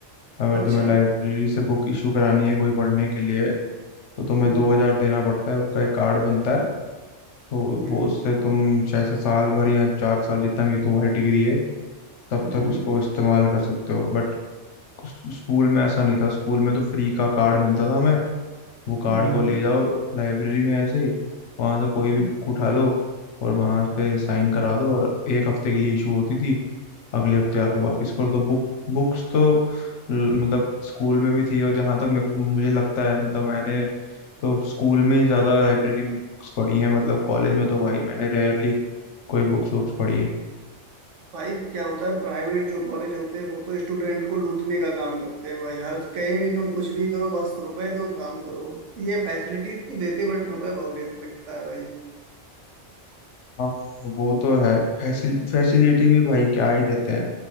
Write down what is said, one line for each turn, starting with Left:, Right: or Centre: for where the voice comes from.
Left: अगर
Right: अच्छा
Left: तुम्हें लाइब्रेरी से बुक इशू करानी है कोई पढ़ने के लिए तो तुम्हें
Right: हम्म
Left: दो हजार देना पड़ता है उसका एक कार्ड बनता है तो
Right: हम्म
Left: वो उससे तुम शायद से साल भर या चार साल जितना भी तुम्हारी डिग्री है तब
Right: हम्म
Left: तक उसको इस्तेमाल कर सकते हो बट स्कूल में ऐसा नहीं था स्कूल में तो फ्री का कार्ड मिलता था हमें वो कार्ड
Right: हम्म,
Left: को ले जाओ लाइब्रेरी में ऐसे ही वहां से कोई भी
Right: हम्म,
Left: बुक उठा लो और वहां पे साइन करा दो और एक हफ्ते के लिए इशू होती थी अगले हफ्ते आके वापस करो तो बुक बुक्स तो ल- मतलब स्कूल में भी थी और जहां तक मैं कुछ मुझे लगता है मतलब मैंने तो स्कूल में ही ज्यादा लाइब्रेरी में बुक्स पढ़ी हैं मतलब कॉलेज में तो भाई मैंने रेयरली कोई बुक्स वुक्स पढ़ी है
Right: भाई क्या होता है प्राइवेट जो कॉलेज होते हैं वो तो स्टूडेंट को लूटने का काम करते हैं भाई हर कहीं भी तुम कुछ भी करो बस रुपए दो काम करो ये फैसिलिटी तो देते बट रुपए बहुत ले- लगता है भाई
Left: हाँ वो तो है फैसिल फैसिलिटी भी भाई क्या ही देते हैं